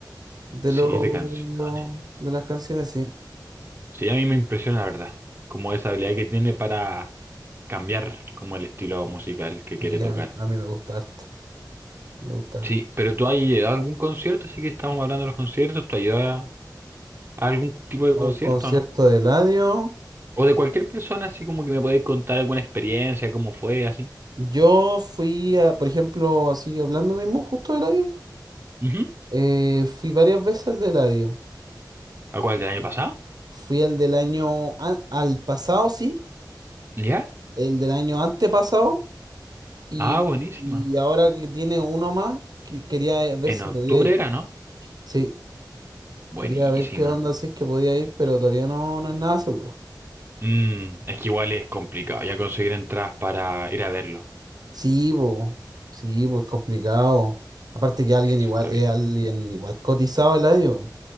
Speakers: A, on the right; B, on the right.
A: de,
B: Sí,
A: lo-
B: de canciones.
A: de las canciones, sí.
B: Sí, a mí me impresiona la verdad, como esa habilidad que tiene para cambiar como el estilo musical que quiere
A: Y
B: tocar.
A: a mí, a mí me gusta harto, me gusta
B: Sí,
A: harto.
B: pero tú has ido a algún concierto, así que estamos hablando de los conciertos, ¿tú has ido a, a algún tipo de
A: A
B: concierto,
A: un concierto
B: no?
A: de Eladio,
B: O de cualquier persona, así como que me podéis contar alguna experiencia, cómo fue, así.
A: yo fui, a, por ejemplo, así hablando mismo justo de Eladio,
B: Ujú.
A: eh, fui varias veces al de Eladio.
B: ¿A cuál del año pasado?
A: Fui al del año, an- al pasado, sí,
B: ¿Ya?
A: el del año antepasado, y,
B: Ah, buenísima.
A: y ahora que tiene uno más, que- quería ver
B: En
A: si
B: octubre
A: podía ir.
B: era, ¿no?
A: Sí.
B: Buenísima.
A: Quería ver qué onda, si es que podía ir, pero todavía no, no es nada seguro.
B: Mm, es que igual es complicado ya conseguir entradas para ir a verlo.
A: Sí, pues, sí, pues complicado. Aparte que alguien
B: Sí, eso
A: igual,
B: está
A: es
B: bien.
A: alguien igual cotizado el adio.